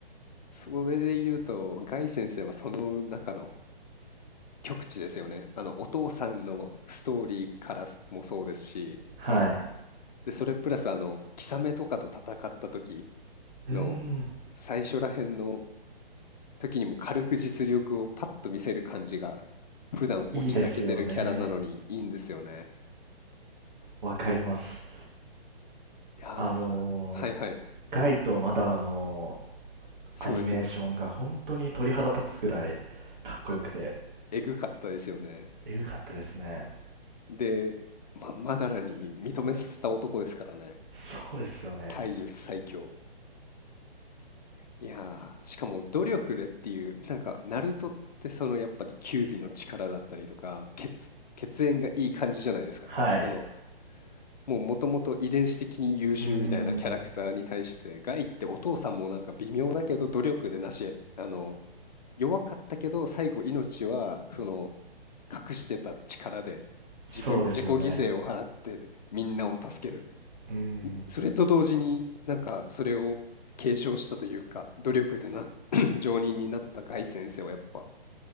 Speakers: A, on the left (about 45°); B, on the right (about 55°).
A: それで言うとガイ先生はその中の極致ですよねあのお父さんのストーリーからもそうですし
B: はい。
A: でそれプラスあのキサメとかと戦った時
B: うーん。
A: の最初らへんの時にも軽く実力をパッと見せる感じが、普段おちゃらけてるキャラなのにいいんですよね。
B: いいですよね。わかります。
A: うん、ああ、
B: あのー
A: はいはい、
B: ガイとマダラの
A: そうですね。
B: アニメーションが本当に鳥肌立つぐらいかっこよくて、
A: えぐかったですよね。
B: えぐかったですね。
A: で、まんまだらに認めさせた男ですからね。
B: そうですよね。
A: 体術最強。いやー、しかも努力でっていう、なんか、ナルトってそのやっぱり九尾の力だったりとか、血、血縁がいい感じじゃないですか。
B: はい。
A: そのもうもともと遺伝子的に優秀みたいなキャラクターに対して、
B: うーん。
A: ガイってお父さんもなんか微妙だけど努力でなし、あの、弱かったけど最後命はその隠してた力で自分、
B: そうですよね。
A: 自己犠牲を払ってみんなを助ける。
B: うーん、
A: んそれと同時になんかそれを継承したというか、努力でな、<coughs> <clears throat> 上人になったガイ先生はやっぱ